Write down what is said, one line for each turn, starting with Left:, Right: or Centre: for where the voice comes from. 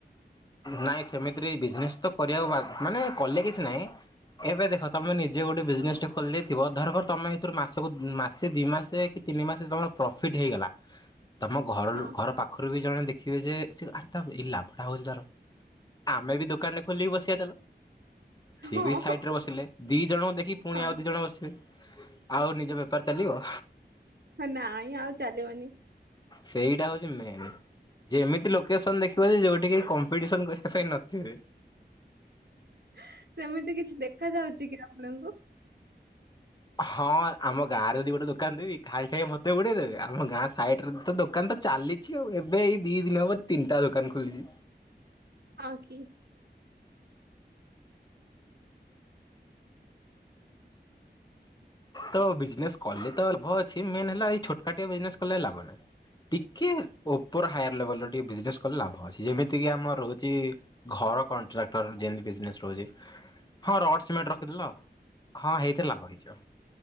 Left: ନାଇଁ ସେମିତିରେ ବି ବିଜନେସ ତ କରିବାକୁ ବା ମାନେ କଲେ କିଛି ନାଇଁ, ଏବେ ଦେଖ ତମେ ନି ଜେ ଗୋଟେ ବିଜନେସ୍
Right: ହଁ
Left: ଟେ ଖୋଲିଦେଇ ଥିବ ଧରକର ତମେ ଏଥିରୁ ମାସକୁ ମାସେ ଦି ମାସେ କି ତିନି ମାସେ ତମର ପ୍ରଫିଟ୍ ହେଇଗଲା ତମ ଘର
Right: ହଁ
Left: ଲୋ ଘର ପାଖରୁ ବି ଜଣେ ଦେଖିବେ ଯେ ସେ ଆରେ ତା ଏଇ ଲାଭଟା ହଉଚି ତାର। ଆମେ ବି ଦୋକାନଟେ ଖୋଲିକି ବସିବା ଚାଲ। ସେ
Right: ହଁ
Left: ବି ସାଇଟ୍ ରେ ବସିଲେ। ଦିଇ ଜଣଙ୍କୁ ଦେଖି ପୁଣି
Right: ହଁ
Left: ଆଉ ଦୁଇ ଜଣ ବସିବେ, ଆଉ ନିଜ ବେପାର ଚାଲିବ।
Right: ହେ ନାଇ ଆଉ ଚାଲିବନି।
Left: ସେଇଟା ହଉଚି ମେନ୍। ଯେ ଏମିତି ଲୋକେସନ ଦେଖିବ ଯେ ଯୋଉଠି କେହି କମ୍ପିଟିସନ କରିବା ପାଇଁ ନଥିବେ।
Right: ସେମିତି କିଛି ଦେଖା ଯାଉଚି କି ଆପଣଙ୍କୁ?
Left: ହଁ ଆମ ଗାଁରେ ଯଦି ଗୋଟେ ଦୋକାନ ଦେବି ଖାଇ ଖାଇ ମତେ ବୁଡ଼େଇ ଦେବେ। ଆମ ଗାଁ ସାଇଟ୍ ରେ ତ ଦୋକାନ ତ ଚାଲିଚି ଆଉ, ଏବେ ଏଇ ଦି ଦିନ ହେବ ତିନିଟା ଦୋକାନ ଖୋଲିଚି।
Right: ହଁ କି।
Left: ତ ବିଜନେସ କଲେ ତ ଲାଭ ଅଛି। ମେନ୍ ହେଲା ଏଇ ଛୋଟକାଟିଆ ବିଜନେସ କଲେ ଲାଭ ନାହିଁ। ଟିକିଏ ଉପର ହାୟାର ଲେବଲରେ ଟିକେ ବିଜନେସ୍ କଲେ ଲାଭ ଅଛି। ଯେମିତିକି ଆମର ରହୁଚି ଘର କଣ୍ଟ୍ରାକ୍ଟର ଯେମିତି ବିଜନେସ୍ ରହୁଚି ହଁ ରଡ୍ ସିମେଣ୍ଟ ରଖିଦେଲ ହଁ ହେଇଥିରେ ଲାଭ। ରହିଯିବ।